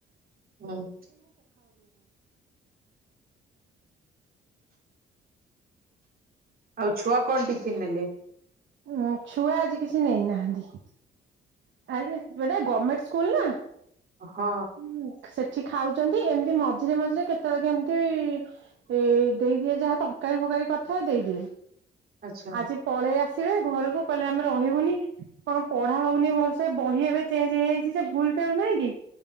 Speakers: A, on the right; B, on the right.
A: ହୁଁ ହୁଁ। ଆଉ ଛୁଆ କଣ ଟିଫିନ୍ ନେଲେ?
B: ଉଁ ଛୁଆ ଆଜି କିଛି ନେଇନାହାନ୍ତି। ଆରେ ଏଟା ଗମେଣ୍ଟ୍ ସ୍କୁଲ୍ ନା
A: ହଁ।
B: ଉଁ ସେଠି ଖାଉଛନ୍ତି ଏମିତି ମଝିରେ ମଝିରେ କେତେବେଳ କେମିତି ଉଁ ଦେଇଦିଏ ଯାହା ତରକାରୀ ଫକାରୀ କରିଥାଏ ଦେଇଦିଏ।
A: ଆଚ୍ଛା
B: ଆଜି ପଳେଇ ଆସିବେ ଘରକୁ କହିଲେ ଆମେ ରହିବୁନି କଣ ପଢା ହଉନି ଭଲ୍ ସେ ବହି ଏବେ ଚେଞ୍ଜ୍ ହେଇଯାଇଚି ସେ ଭୁଲ୍ ଟାଲ୍ ନାହିଁ କି।